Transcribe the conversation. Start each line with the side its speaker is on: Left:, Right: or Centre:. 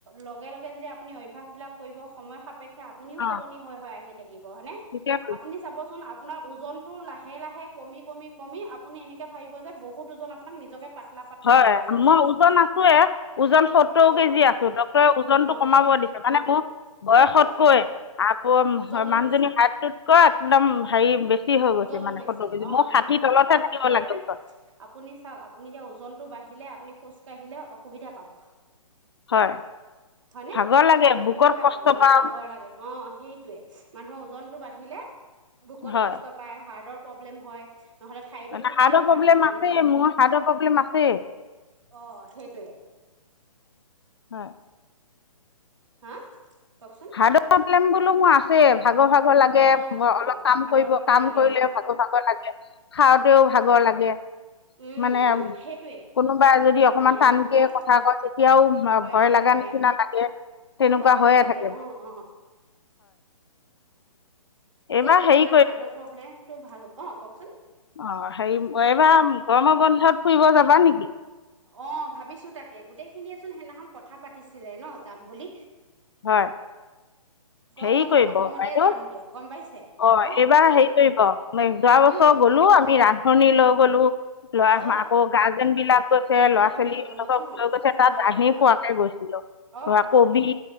Right: লগে লগে যদি আপুনি অভ্যাসবিলাক কৰিব সময় সাপেক্ষ আপুনিও
Left: অ'
Right: সলনি হৈ হৈ আহি থাকিব হয়নে?
Left: ঠিকে কৈছে।
Right: আপুনিচোন আপোনাৰ ওজন লাহে, লাহে কমি, কমি, কমি আপুনি এনেকে ভাবিব যে বহু বহু ওজন আপোনাক নিজকে পাতলা পাতলা
Left: হয়,
Right: লগা হৈ যাবগৈ
Left: মই ওজন আছোয়ে ওজন সত্তৰ
Right: অ
Left: কেজি
Right: সেইটোৱে
Left: আছো ডাক্তৰে ওজনটো
Right: অ
Left: কমাব
Right: সেইটো
Left: দিছে মানে
Right: অ
Left: মোৰ বয়সতকৈ
Right: সেইটোৱে সেইটোৱে
Left: আকৌ
Right: ওজনটো
Left: মানুহজনীৰ
Right: বেছি
Left: হাইটোতকৈ একদম হেৰি বেছি হৈ
Right: ওজনটো
Left: গৈছে মানে
Right: বেছি
Left: সত্তৰ কেজি
Right: অ
Left: মোৰ ষাঠি
Right: সেইটো কাৰণে
Left: তলতহে
Right: আৰু
Left: থাকিব
Right: তেতিয়া
Left: লাগে
Right: মানে
Left: ওজন
Right: আপুনি চাওক, আপুনি এতিয়া ওজনটো বাঢ়িলে আপুনি খোজ কাঢ়িলে অসুবিধা পাব।
Left: হয়
Right: হ'য়নে?
Left: ভাগৰ লাগে
Right: সেইটো অসুবিধা
Left: বুকত কষ্ট
Right: পাব অ',
Left: পাওঁ
Right: ভাগৰ লাগে অ', সেইটোয়ে মানুহৰ ওজনতটো বাঢ়ি আহিলে ভোকত
Left: হয়
Right: কষ্ট পায়, হাৰ্ডৰ প্ৰব্লেম হয়। নহ'লে, থাইৰড
Left: মানে
Right: থাকিলেও
Left: হাৰ্টৰ
Right: হাৰ্ডৰ প্ৰব্লেম
Left: আছে
Right: হয়
Left: মোৰ হাৰ্টৰ প্ৰব্লেম আছেই,
Right: অ সেইটোৱে
Left: হয়।
Right: হা কওকচোন
Left: <unintelligible> প্ৰব্লেম বোলো মোৰ আছে ভাগৰ, ভাগৰ লাগে
Right: অ অ
Left: অলপ কাম
Right: ভাগৰ
Left: কৰিব
Right: ভাগৰ
Left: কাম
Right: লাগে
Left: কৰিলেও
Right: অ
Left: ভাগৰ, ভাগৰ লাগে। খাওঁতেও ভাগৰ লাগে
Right: উম
Left: মানে
Right: উম সেইটোৱে
Left: কোনোবা যদি অকমান
Right: মানে আপোনাৰ
Left: কে কথা কয়, তেতিয়াও
Right: ভয়ে
Left: ভয়
Right: ভয়ে
Left: লগা
Right: লাগে
Left: নিচিনা লাগে। তেনেকুৱা
Right: ভয়ে ভয়ে
Left: হৈয়ে
Right: লাগে
Left: থাক
Right: অ', অ।
Left: এইবাৰ
Right: সেইটোয়ে
Left: হেৰি
Right: আপোনাৰ হাৰ্টৰ প্ৰব্লেমটো ভাল অ' কওকচোন
Left: অ হেৰি মই এইবাৰ গৰমৰ বন্ধত ফুৰিব যাবা নেকি
Right: অ' ভাবিছো তাকে গোটেইখিনি যদি চোন সেইদিনাখন কথা পাতিছিলে ন যাম বুলি
Left: হয়।
Right: গৰম
Left: হেৰি
Right: বন্ধ
Left: কৰিব
Right: প্ৰথমতে
Left: বাইদেউ
Right: যাম দিয়ক গম পাইছে
Left: অ' এইবাৰ
Right: কওকচোন
Left: হেৰি কৰিব যোৱা বছৰ
Right: উম
Left: গ'লো আমি ৰান্ধনি লৈ গ'লো, ল'ৰা
Right: অ
Left: আকৌ গাৰ্জেন বিলাক গৈছে,
Right: গাৰ্জেনটো
Left: ল'ৰা-ছোৱালীবিলাক
Right: লৈ গলো অ
Left: লৈ গৈছে তাত
Right: অ
Left: ৰান্ধি
Right: অ
Left: খোৱাওতে গৈছিলো,
Right: অ
Left: কবি
Right: অ তে